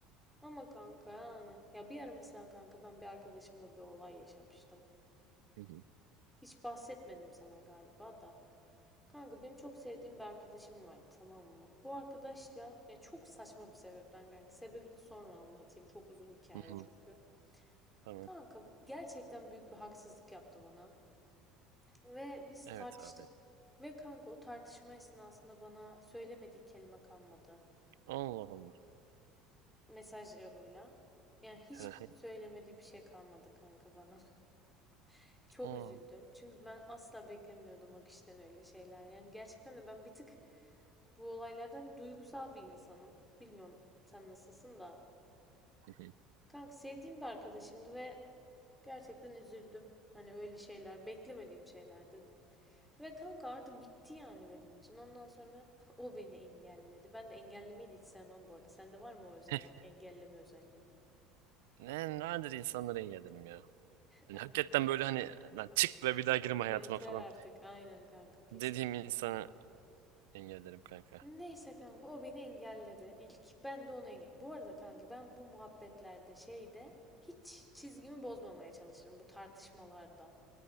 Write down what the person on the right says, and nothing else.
hı hı,
hı hı,
Tamam.
Evet
abi.
Allah Allah.
Hı hı.
Aa.
hı hı.
<laughs>
Ne, nadir insanları engellerim ya. Yani
hakikaten böyle hani lan çık ve bir daha girme
hayatıma falan
dediğim insanı engellerim kanka.